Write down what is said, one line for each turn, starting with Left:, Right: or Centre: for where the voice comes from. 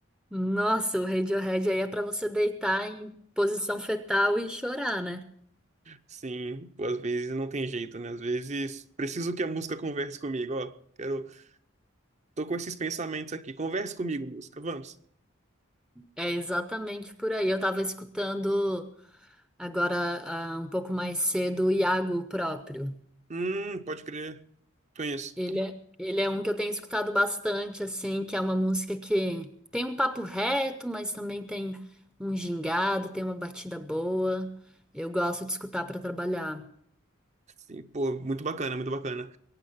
Centre: Nossa, o Radiohead aí é pra você deitar em posição fetal e chorar, né?
Right: Sim, pô, às vezes não tem jeito, né? Às vezes preciso que a música converse comigo, ó, quero, tô com esses pensamentos aqui, converse comigo, música, vamos.
Centre: É exatamente por aí. Eu tava escutando agora, ah, um pouco mais cedo, o Iago próprio.
Right: Hum, pode crer, conheço.
Centre: Ele é, ele é um que eu tenho escutado bastante, assim, que é uma música que tem um papo reto, mas também tem um gingado, tem uma batida boa. Eu gosto de escutar para trabalhar.
Right: Sim, pô, muito bacana, muito bacana.